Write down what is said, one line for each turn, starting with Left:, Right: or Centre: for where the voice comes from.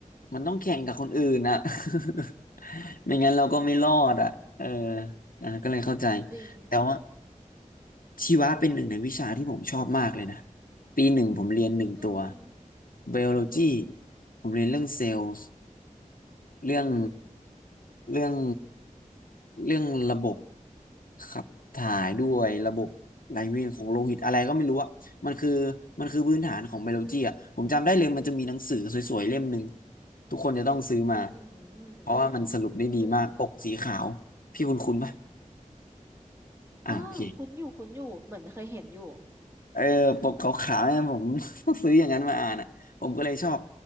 Left: มันต้องแข่งกับคนอื่นอ่ะ <laughs> ไม่งั้นเราก็ไม่รอดอ่ะเอออ่าก็เลยเข้าใจ
Right: จริง
Left: แต่ว่าชีวะเป็นหนึ่งในวิชาที่ผมชอบมากเลยนะปีหนึ่งผมเรียนหนึ่งตัว
Right: อืม
Left: ไบ i o โลจี
Right: อืม
Left: ผมเรียนเรื่องเซลล์ เรื่อง
Right: อืม
Left: เรื่องเรื่องระบบขับถ่ายด้วยระบบไหลเวียนของโลหิตอะไรก็ไม่รู้อะมันคือมันคือพื้นฐานของไบโอโลจีอะผมจำได้เลยมันจะมีหนังสือสวยๆเล่มหนึ่งทุกคนจะต้องซื้อมา
Right: อืม
Left: เพราะว่ามันสรุปได้ดีมากปกสีขาวพี่คุณคุณปะ
Right: อืม
Left: อ่าโอเค
Right: อ๋อคุ้นอยู่คุ้นอยู่เหมือนเคยเห็นอยู่
Left: เออปกขาวๆเนี่ยผม <laughs> ซื้ออย่างนั้นมาอ่านอ่ะผมก็เลยชอบ